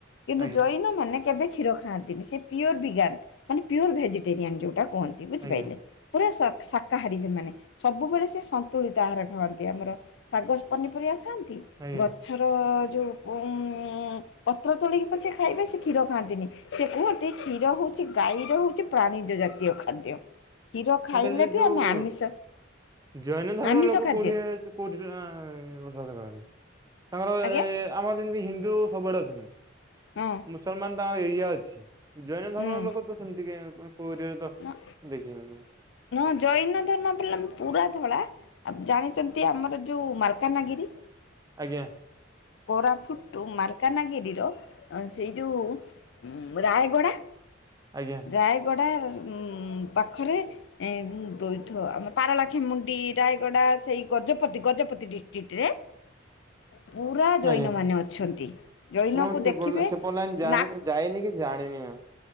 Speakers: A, on the left (about 65°); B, on the right (about 20°).
A: କିନ୍ତୁ
B: ଆଜ୍ଞା
A: ଜୈନମାନେ କେବେ କ୍ଷୀର ଖାଆନ୍ତିନି ସେ ପିଓର ବିଜଞାନ ମାନେ ପିଓର ଭେଜିଟେରିଆନ୍ ଯେଉଁଟା କୁହନ୍ତି। ବୁଝିପାରିଲେ
B: ଆଜ୍ଞା
A: ପୁରା ଶାକାହାରୀ ସେମାନେ ସବୁବେଳେ ସେ ସନ୍ତୁଳିତହାର ଖାଆନ୍ତି ଆମର। ଶାଗ ପନିପରିବା ଖାଆନ୍ତି
B: ଆଜ୍ଞା।
A: ଗଛର ଯୋଉ ଉଁ ପତ୍ର ତୋଳିକି ପଛେ ଖାଇବେ ସେ କ୍ଷୀର ଖାଆନ୍ତିନି ସେ କୁହନ୍ତି କ୍ଷୀର ହେଉଛି ଗାଈର ହେଉଛି ପ୍ରାଣିୀଯଜାତୀୟ ଖାଦ୍ୟ। କ୍ଷୀର ଖାଇଲେ
B: ଏଟା ସେ
A: ବି
B: ଯୋଉ
A: ଆମେ ଆମିଷ
B: ଜୈନ ଧର୍ମର
A: ଆମିଷ
B: ଲୋକ
A: ଖାଦ୍ୟ
B: କୋଢିଆ କେଉଠି ଯୋ ଆଁ ବସବାସ କରନ୍ତି ତାଙ୍କର
A: ଆଜ୍ଞା
B: ଆମର ଯେମିତି ହିନ୍ଦୁ ସବୁଆଡ଼େ ଅଛନ୍ତି।
A: ହଁ।
B: ମୁସଲମାନ ତାଙ୍କର ଏଇଆ ଅଛି। ଜୈନ ଧର୍ମର
A: ହଁ
B: ଲୋକ ତ ସେମିତି କାଇଁ କଁ କୋଉରିଆରେ ତ
A: ହୁଁ
B: ଦେଖନି।
A: ହଁ ଜୈନ ଧର୍ମ ପିଲା ପୁରା ଧଳା ଆ ଜାଣିଚନ୍ତି ଆମର ଯୋଉ ମାଲକାନଗିରି
B: ଆଜ୍ଞା।
A: କୋରାପୁଟୁ ମାଲକାନଗିରିର ସେଇ ଯୋଉ ରାୟଗଡ଼ା
B: ଆଜ୍ଞା।
A: ରାୟଗଡ଼ା ମ୍ ପାଖରେ ମ୍ ରୋଇଥ ଆମ ପାରଳାଖୋମୁଣ୍ଡି ରାୟଗଡ଼ା ସେଇ ଗଜପତି ଗଜପତି ଡିଷ୍ଟ୍ରିକ୍ଟ ରେ ପୁରା ଜୈନମାନେ
B: ଆଜ୍ଞା।
A: ଅଛନ୍ତି ଜୈନକୁ
B: ମୁଁ ସେପ
A: ଦେଖିବେ
B: ସେପଟ ଲାଇନ
A: ନା
B: ଯାଇନି କି ଜାଣିନି ମା।